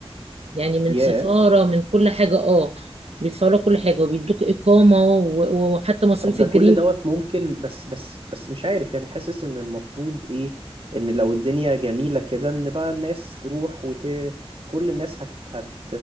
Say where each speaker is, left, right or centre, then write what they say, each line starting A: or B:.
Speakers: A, on the right (about 75°); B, on the right (about 55°).
A: يعني من
B: ياه
A: سفارة من كل حاجة اه بيدفعوا لك كل حاجة وبيدوك إقامة و- وحتى مصاريف
B: طب ده
A: الجرين
B: كل دوت ممكن بس بس بس مش عارف يعني حاسس ان المفروض ايه ان لو الدنيا جميلة كده ان بقى الناس تروح وت كل الناس هت هت